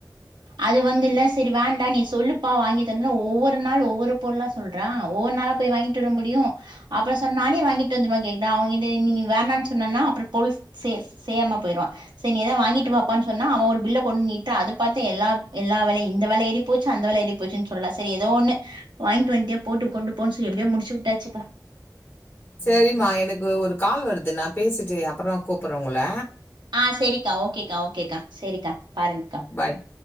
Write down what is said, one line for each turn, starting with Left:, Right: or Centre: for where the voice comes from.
Right: அது வந்துல்ல செரி வேண்டா நீ சொல்லுப்பா வாங்கி தந்ற ஒவ்வொரு நாள் ஒவ்வொரு பொருள்லா சொல் றா ஒவ்வொர் நாளா போய் வாங்கிட்டு வர முடியு அப்புற சொன் நானே வாங்கிட்டு வந்துருவ கேட்ட அவங்கிட்ட இனி நீ வேணான் சொன்னனா அப்புறோ போலுஸ் சே செய்யாம போய்ருவான் சரி நீ ஏதா வாங்கிட்டு வாப்பான் சொன்னா அவன் ஒரு பில்ல கொண்நீட்ட அது பாத்து எல்லா எல்லாவெலை இந்த வெல ஏறி போச்சு அந்த வெல எறி போச்சுன் சொல்லல சேரி ஏதோ ஒன்னு வாய்ங்ட்டு வன்ட்டுயே போட்டு கொண்டு போன்சு எப்டியோ முடிச்சு உட்டாச்சுக்கா
Left: சரிம்மா எனக்கு ஒரு கால் வருது நான் பேசிட்டு அப்புறோ கூப்புற உங்குள
Right: ஆ செரிக்கா ஓகேக்கா ஓகேக்கா செரிக்கா பாருங்கக்கா
Left: பாய்